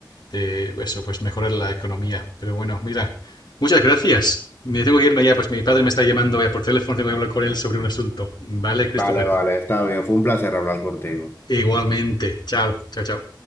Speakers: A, on the left; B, on the left.
A: de eso, pues mejorar la economía. Pero bueno, mira, muchas gracias. Me tengo que irme ya, pues mi padre me está llamando ya por teléfono, tengo que hablar con él sobre un asunto. Vale, Christopher.
B: Vale, vale, está bien. Fue un placer hablar contigo.
A: Igualmente. Chao, chao, chao.